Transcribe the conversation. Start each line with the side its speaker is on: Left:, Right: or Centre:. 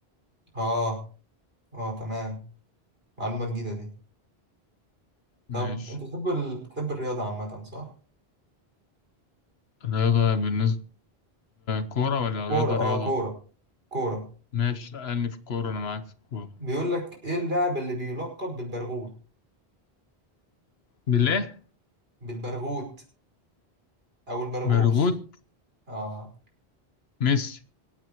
Right: اه اه تمام معلومة جديدة دي
Left: ماشي
Right: طب انت بتحب ال... بتحب الرياضة عامة صح؟
Left: رياضة بالنسبة كورة ولا
Right: كورة
Left: رياضة
Right: اه
Left: رياضة
Right: كورة كورة
Left: ماشي لأني في الكورة أنا معاك في الكورة
Right: بيقول لك ايه اللاعب اللي بيلقب بالبرغوت
Left: بالله
Right: بالبرغوت او البرغوث
Left: برغوت
Right: اه
Left: ميسي